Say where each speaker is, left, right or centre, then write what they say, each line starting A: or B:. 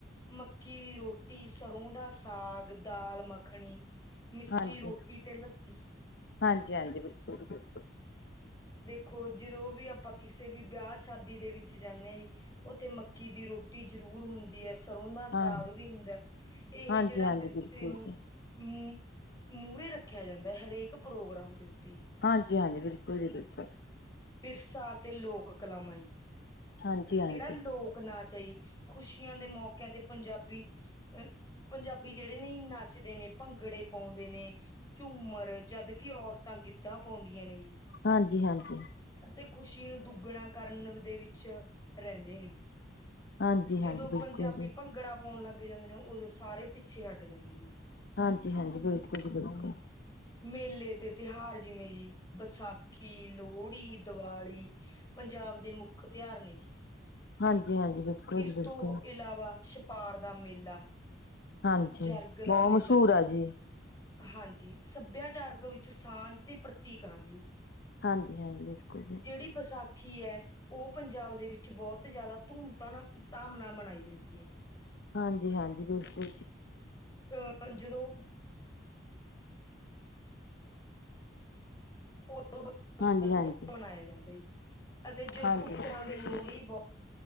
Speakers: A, on the left; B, on the left.
A: ਮੱਕੀ ਦੀ ਰੋਟੀ, ਸਰ੍ਹੋਂ ਦਾ ਸਾਗ, ਦਾਲ-ਮੱਖਣੀ ਮਿੱਸੀ
B: ਹਾਂਜੀ,
A: ਰੋਟੀ ਤੇ ਲੱਸੀ
B: ਹਾਂਜੀ-ਹਾਂਜੀ, ਬਿਲਕੁਲ ਜੀ ਬਿਲਕੁਲ।
A: ਦੇਖੋ ਜਦੋਂ ਵੀ ਅਪਾਂ ਕਿਸੇ ਵੀ ਵਿਆਹ ਸ਼ਾਦੀ ਦੇ ਵਿੱਚ ਜਾਣੇ ਆ ਜੀ ਉੱਥੇ ਮੱਕੀ ਦੀ ਰੋਟੀ ਜ਼ਰੂਰ ਹੁੰਦੀ ਐ ਤਰੋਂ ਦਾ
B: ਹਾਂ,
A: ਸਾਗ ਵੀ ਹੁੰਦਾ, ਇਹ
B: ਹਾਂਜੀ-ਹਾਂਜੀ,
A: ਜੇੜਾ ਵਿਰਸੇ
B: ਬਿਲਕੁਲ
A: ਨੂੰ
B: ਜੀ।
A: ਮੁ ਮੂਹਰੇ ਰੱਖਿਆ ਜਾਂਦਾ ਐ ਹਰੇਕ ਪ੍ਰੋਗਰਾਮ ਦੇ ਉੱਤੇ ਈ।
B: ਹਾਂਜੀ-ਹਾਂਜੀ, ਬਿਲਕੁਲ ਜੀ ਬਿਲਕੁਲ।
A: ਵਿਰਸਾ ਅਤੇ ਲੋਕ ਕਲਾਮਾਈ
B: ਹਾਂਜੀ-ਹਾਂਜੀ,
A: ਜੇੜਾ ਲੋਕ ਨਾਚ ਐ ਜੀ, ਖੁਸ਼ੀਆਂ ਦੇ ਮੌਕਿਆਂ ਤੇ ਪੰਜਾਬੀ ਅ ਪੰਜਾਬੀ ਜੇੜੇ ਨੇ ਨੱਚਦੇ ਨੇ, ਭੰਗੜੇ ਪਾਉਂਦੇ ਨੇ। ਝੂਮਰ ਜਦਕਿ ਔਰਤਾਂ ਗਿੱਧਾ ਪਾਉਂਦੀਆਂ ਨੇ ਜੀ।
B: ਹਾਂਜੀ-ਹਾਂਜੀ।
A: ਅਤੇ ਖੁਸ਼ੀ ਨੂੰ ਦੁੱਗਣਾ ਕਰਨ ਦੇ ਵਿੱਚ ਰਹਿੰਦੇ ਨੇ।
B: ਹਾਂਜੀ-ਹਾਂਜੀ,
A: ਜਦੋਂ
B: ਬਿਲਕੁਲ
A: ਪੰਜਾਬੀ
B: ਜੀ,
A: ਭੰਗੜਾ ਪਾਉਣ ਲੱਗ ਜਾਂਦੇ ਨੇ ਉਦੋਂ ਸਾਰੇ ਪਿੱਛੇ ਹਟ ਜਾਂਦੇ ਨੇ।
B: ਹਾਂਜੀ-ਹਾਂਜੀ, ਬਿਲਕੁਲ ਜੀ ਬਿਲਕੁਲ।
A: ਮੇਲੇ ਤੇ ਤਿਉਹਾਰ ਜਿਵੇਂ ਜੀ ਵਿਸਾਖੀ, ਲੋ ਹੜੀ, ਦੀਵਾਲੀ ਪੰਜਾਬ ਦੇ ਮੁੱਖ ਤਿਉਹਾਰ ਨੇ ਜੀ।
B: ਹਾਂਜੀ-ਹਾਂਜੀ। ਬਿਲਕੁਲ
A: ਇਸ
B: ਜੀ ਬਿਲਕੁਲ,
A: ਤੋਂ ਇਲਾਵਾ ਛਪਾਰ ਦਾ ਮੇਲਾ
B: ਹਾਂਜੀ,
A: ਜਰਗ ਦਾ
B: ਬੌ
A: ਮੇਲਾ
B: ਮਸ਼ੂਰ ਆ ਜੀ।
A: ਹਾਂਜੀ, ਸੱਭਿਆਚਾਰਕ ਵਿੱਚ ਸਾਂਝ ਤੇ ਪ੍ਰਤੀਕਰਨੀ
B: ਹਾਂਜੀ-ਹਾਂਜੀ, ਬਿਲਕੁਲ ਜੀ,
A: ਜੇੜੀ ਵਿਸਾ ਸਾਖੀ ਐ, ਉਹ ਪੰਜਾਬ ਦੇ ਵਿੱਚ ਬਹੁਤ ਜੈਦਾ ਧੂਮ ਧਨਾ ਧਾਮ ਨਾਲ ਮਨਾਈ ਜਾਂਦੀ ਐ ਜੀ।
B: ਹਾਂਜੀ-ਹਾਂਜੀ, ਬਿਲਕੁਲ ਜੀ।
A: <unintelligible> ਉ ਦਾ
B: ਹਾਂਜੀ-ਹਾਂਜੀ।
A: ਤਿਉਹਾਰ ਮਨਾਇਆ ਜਾਂਦਾ ਸੀ <unintelligible> ਅਤੇ ਜੋ
B: ਹਾਂਜੀ-ਹਾਂਜੀ
A: ਪੁੱਤਰਾਂ ਦੀ
B: ਬਿਲਕੁਲ।
A: ਲੋੜ ਈ ਬੌ